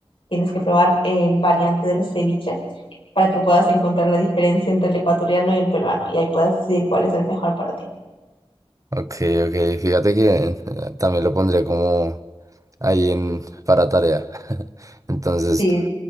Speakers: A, on the left; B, on the right.
A: Tienes que probar el variante del ceviche para que puedas encontrar la diferencia entre el ecuatoriano y el peruano y ahí puedas decidir cuál es el mejor para ti.
B: Ok, ok, fíjate que eh, también lo pondría como... ahí en, para tarea. <laughs> Entonces,
A: Sí,